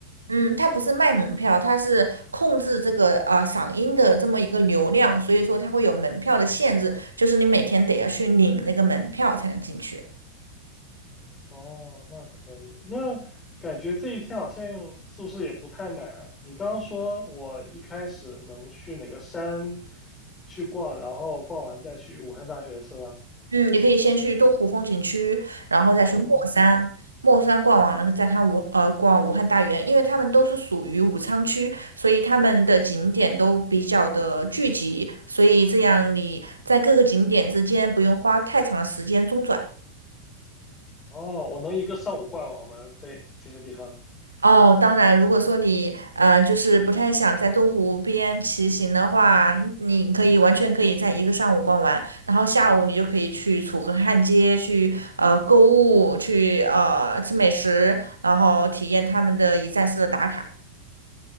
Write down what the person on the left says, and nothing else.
哦，那可以。那感觉这一天好像是不是也不太满啊？你刚刚说我一开始能去哪个山去逛，然后逛完再去武汉大学是吗？
啊，东方。
哦，我能一个上午逛完我们这这些地方。